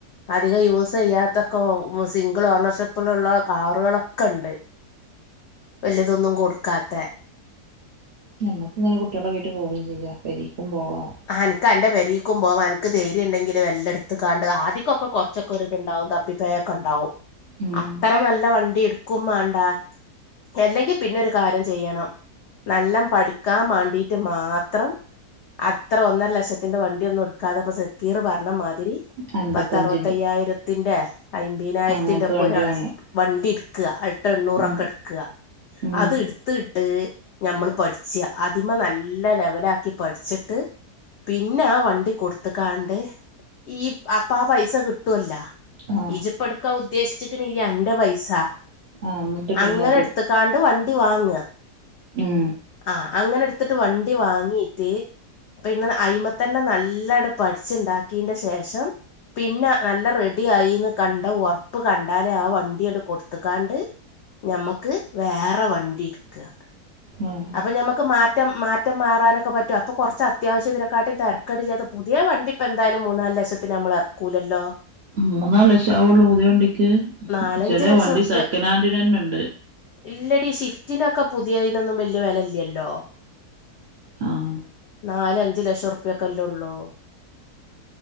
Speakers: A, on the left; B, on the right.
A: അധികം യൂസ് ചെയ്യാത്തതൊക്കെ സിംഗിൾ ഓണർഷിപ്പിലുള്ള കാറുകളൊക്കെ ഉണ്ട് വലിയതൊന്നും കൊടുക്കാത്തെ
B: നമ്മുക്ക് ഇങ്ങനെ കുട്ടികളുടെവീട്ടിൽ പോവുകയും ചെയ്യാം പെരീക്കും പോവാം
A: ആ അനക്ക് അന്റെ പെരീക്കും പോവാം നിനക്ക് ധൈര്യം ഉണ്ടെങ്കില് എല്ലാം എടുത്തക്കാണ്ട് ആദ്യക്കൊ ക്കെ കൊറ കൊറച്ചക്കെ ഒരു ഇത് ഉണ്ടാവും തപ്പിപ്പയൊക്കെ ഉണ്ടാവും
B: ഉം
A: അത്ര നല്ല വണ്ടി എടുക്കും വേണ്ടാ അല്ലെങ്കിൽ പിന്നെ ഒരു കാര്യം ചെയ്യണം നല്ല പഠിക്കാൻ വേണ്ടീട്ട് മാത്രം അത്ര ഒന്നര ലക്ഷത്തിന്റെ വണ്ടി ഒന്നും എടുക്കാതെ ഇപ്പോ സെക്കീർ പറഞ്ഞ മാതിരി
B: അൻപത്തഞ്ചിന്റെ
A: പത്ത് അറുപത്തയ്യായിരത്തിന്റെ അയമ്പതിനായിരത്തിറ
B: അങ്ങനത്തെ
A: ഒക്കെ
B: വണ്ടി
A: ഒരാൾ
B: വാങ്ങാം
A: വണ്ടി ഇട്ക്കാ അൾട്ടോ എണ്ണൂറൊക്കെ
B: ഉം
A: എടുക്കുക
B: ഉം
A: അത് എടുത്തിട്ട് ഞമ്മള് പഠിച്ചാ. അതിമ നല്ല ലെവലാക്കി പഠിച്ച് പിന്നെ ആ വണ്ടി കൊടുത്ക്കാണ്ട് ഈ അപ്പാ പൈസ കിട്ടുവല്ലാ
B: ആഹ്
A: ഇജ്ജ് ഇപ്പ എടുക്കാ ഉദ്ദേശിച്ചിക്ണില്ലേ അന്റെ പൈസ,
B: ആഹ് എന്നിട്ട് പിന്നെ
A: അങ്ങനെട്ത്ത
B: അത്
A: ക്കാണ്ട് വണ്ടി വാങ്ങ.
B: ഉം.
A: ആഹ് അങ്ങനെ ഇട്ത്തിട്ട് വണ്ടി വാങ്ങീട്ട് പിന്നെ അയിമത്തന്നെ നല്ലണ്ട് പഠിച്ച് ണ്ടാക്കീന്റെ ശേഷം പിന്നെ നല്ല റെഡി ആയിന്ന് കണ്ട ഒർപ്പ് കണ്ടാല് ആ വണ്ടിയാണ്ട് കൊടുത്ക്കാണ്ട്. ഞമ്മക്ക് വേറെ വണ്ടി ഇട്ക്ക.
B: ഏഹ്
A: അപ്പം നമ്മക്ക് മാറ്റം മാറ്റം മാറാനൊക്കെ പറ്റും. അപ്പോൾ കുറച്ച് അത്യാവശ്യതിനെക്കാട്ടി തിരക്കേട് ഇല്ലാതെ പുതിയ വണ്ടി ഇപ്പ എന്തായാലും മൂന്നാല് ലക്ഷത്തിന് നമ്മൾ എറക്കൂലല്ലോ
B: മൂന്നാല് ലക്ഷം ആവുള്ളൂ പുതിയ വണ്ടിക്ക്.
A: നാലഞ്ച്
B: ചില
A: ലക്ഷം
B: വണ്ടി
A: ഉറുപ്യ
B: സെക്കനൻഡി നെന്നെണ്ട്.
A: ഇല്ലടി ഷിഫ്റ്റ് പുതിയെയ്നൊന്നും വല്യ വെല ഇല്ലല്ലോ.
B: ആഹ്
A: നാലഅഞ്ചു ലക്ഷം ഉർപ്പ്യ ഒക്കെ അല്ലേ ഒള്ളൂ.